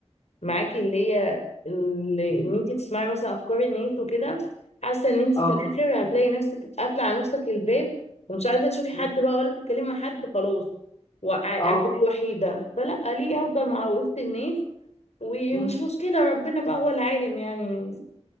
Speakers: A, on the left (about 70°); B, on the left (about 45°).
A: معاكي اللي هي اللي ان انت تسمعي مثلا افكار الناس وكده حاسه ان انت
B: اه
A: في الاخر هتلاقي نفسك قافله على نفسك الباب ومش عايزه تشوفي حد
B: مم.
A: بقى ولا تتكلمي مع حد خلاص وع-
B: اه
A: هتبقي وحيده فلا ليه افضل مع وسط الناس ومش
B: مم.
A: مشكله ربنا بقى هو العالم يعني